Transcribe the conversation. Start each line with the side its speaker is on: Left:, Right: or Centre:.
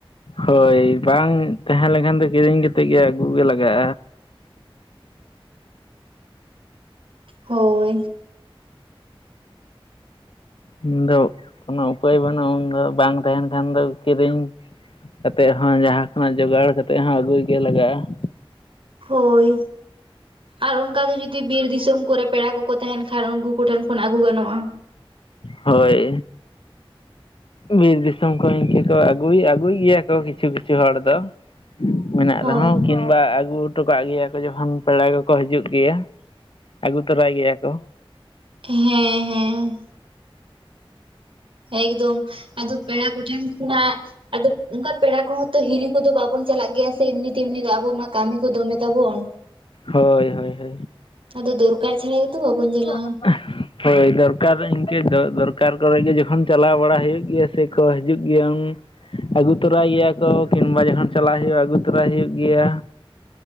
Left: ᱦᱳᱭ ᱵᱟᱝ ᱛᱟᱦᱮᱸᱞᱮᱠᱷᱟᱱ ᱫᱚ ᱠᱤᱨᱤᱧ ᱠᱮᱛᱮᱡ ᱜᱮ ᱟᱹᱜᱩ ᱜᱮ ᱞᱟᱜᱟᱜᱼᱟ᱾
Right: ᱦᱳᱭ᱾
Left: ᱤᱧ ᱫᱚ ᱚᱱᱟ ᱩᱯᱟᱹᱭ ᱵᱟᱹᱱᱩᱜᱼᱟ ᱩᱱ ᱫᱚ ᱵᱟᱝ ᱛᱟᱦᱮᱱ ᱠᱷᱟᱱ ᱫᱚ ᱠᱤᱨᱤᱧ ᱠᱟᱛᱮᱫ ᱦᱚᱸ ᱡᱟᱦᱟᱸ ᱠᱷᱚᱱᱟᱜ ᱡᱚᱜᱟᱲ ᱠᱟᱛᱮᱫ ᱦᱚᱸ ᱟᱹᱜᱩᱭ ᱜᱮ ᱞᱟᱜᱟᱜᱼᱟ ᱾
Right: ᱦᱳᱭ, ᱟᱨ ᱚᱱᱠᱟ ᱫᱚ ᱡᱩᱫᱤ ᱵᱤᱨ ᱫᱤᱥᱚᱢ ᱠᱚᱨᱮ ᱯᱮᱲᱟ ᱠᱚᱠᱚ ᱛᱟᱦᱮᱱ ᱠᱷᱟᱱ ᱩᱱᱠᱩ ᱠᱚᱴᱷᱮᱱ ᱠᱷᱚᱱ ᱟᱹᱜᱩ ᱜᱟᱱᱚᱜᱼᱟ ᱾
Left: ᱦᱳᱭ, ᱵᱤᱨ ᱫᱤ ᱥᱚᱢ ᱠᱚ ᱤᱝᱠᱟᱹ ᱠᱚ ᱟᱹᱜᱩᱭ ᱟᱹᱜᱩᱭ ᱜᱮᱭᱟ ᱠᱚ ᱠᱤᱪᱷᱩ ᱠᱤᱪᱷᱩ ᱦᱚᱲ ᱫᱚ ᱢᱮᱱᱟᱜ
Right: ᱦᱳᱭ
Left: ᱨᱮᱦᱚᱸ ᱠᱤᱱ ᱵᱟ ᱟᱹᱜᱩ ᱦᱚᱴᱚ ᱠᱟᱜ ᱜᱮᱭᱟ ᱠᱚ ᱡᱚᱠᱷᱚᱱ ᱯᱮᱲᱟ ᱠᱚᱠᱚ ᱦᱟᱡᱩᱜ ᱜᱮᱭᱟ ᱟᱹᱜᱩ ᱛᱚᱨᱟᱭ ᱜᱮᱭᱟ ᱠᱚ ᱾
Right: ᱦᱮᱸ ᱦᱮᱸ ᱾ ᱮᱠᱫᱚᱢ, ᱟᱫᱚ ᱯᱮᱲᱟ ᱠᱚ ᱴᱷᱮᱱ ᱠᱷᱚᱱᱟᱜ ᱟᱫᱚ ᱚᱝᱠᱟ ᱯᱮᱲᱟ ᱠᱚᱦᱚᱸ ᱛᱚ ᱦᱤᱨᱤ ᱠᱚᱫᱚ ᱵᱟᱵᱚᱱ ᱪᱟᱞᱟᱜ ᱜᱮᱭᱟ ᱥᱮ ᱮᱢᱱᱤ ᱛᱮᱢᱱᱤ ᱫᱚ᱾ ᱟᱵᱚ ᱢᱟ ᱠᱟᱹᱢᱤ ᱠᱚ ᱫᱚᱢᱮ ᱛᱟᱵᱚᱱ᱾
Left: ᱦᱳᱭ ᱦᱳᱭ ᱦᱳᱭ᱾
Right: ᱟᱫᱚ ᱫᱚᱨᱠᱟᱨ ᱪᱷᱟᱲᱤᱡ ᱛᱚ ᱵᱟᱵᱚᱱ ᱪᱮᱞᱟᱜ᱾
Left: <inaudible> ᱦᱳᱭ ᱫᱚᱨᱠᱟᱨ ᱤᱝᱠᱟᱹ ᱫᱚ ᱫᱚᱨᱠᱟᱨ ᱠᱚᱨᱮ ᱜᱮ ᱡᱚᱠᱷᱚᱱ ᱪᱟᱞᱟᱣ ᱵᱟᱲᱟ ᱦᱩᱭᱩᱜ ᱜᱮᱭᱟ ᱥᱮ ᱠᱚ ᱦᱤᱡᱩᱜ ᱜᱮᱭᱟ ᱩᱱ ᱟᱹᱜᱩ ᱛᱚᱨᱟᱭ ᱜᱮᱭᱟ ᱠᱚ ᱠᱤᱢᱵᱟ ᱡᱚᱠᱷᱚᱱ ᱪᱟᱞᱟᱜ ᱦᱩᱭᱩᱜᱼᱟ ᱟᱹᱜᱩ ᱛᱚᱨᱟᱭ ᱦᱩᱭᱩᱜ ᱜᱮᱭᱟ᱾